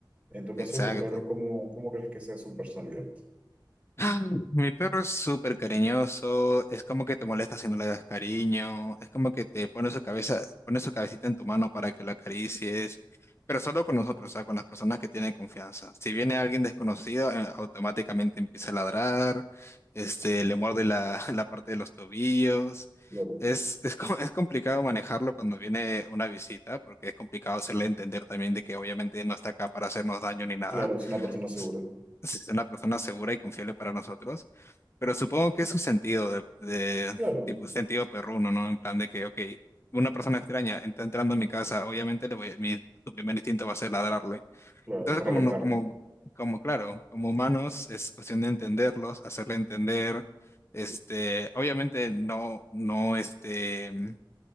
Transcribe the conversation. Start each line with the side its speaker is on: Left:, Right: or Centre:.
Right: En tu caso
Left: exacto.
Right: de tu perro, ¿cómo, cómo crees que sea su personalidad?
Left: <gasps> Mi perro es súper cariñoso, es como que te molesta si no le das cariño, es como que te pone su cabeza, pone su cabecita en tu mano para que lo acaricies, pero solo con nosotros, o sea, con las personas que tienen confianza. Si viene alguien desconocido, eh, automáticamente empieza a ladrar, este, le muerde la, <laughs> la parte de los tobillos.
Right: Claro.
Left: Es, es, co- es complicado manejarlo cuando viene una visita, porque es complicado hacerle entender también de que obviamente no está acá para hacernos daño ni nada
Right: Claro, es una persona segura.
Left: s- es una persona segura y confiable para nosotros, pero supongo que es su sentido de, de-
Right: Claro,
Left: tipo sentido perruno, ¿no? En plan de que, ok, una persona extraña está entrando a mi casa, obviamente le voy, a- mi, su primer instinto va a ser ladrarle.
Right: claro,
Left: Entonces,
Right: para
Left: como
Right: alejarlo.
Left: no, como, como claro, como humanos es cuestión de entenderlos, hacerle entender, este, obviamente no, no, este,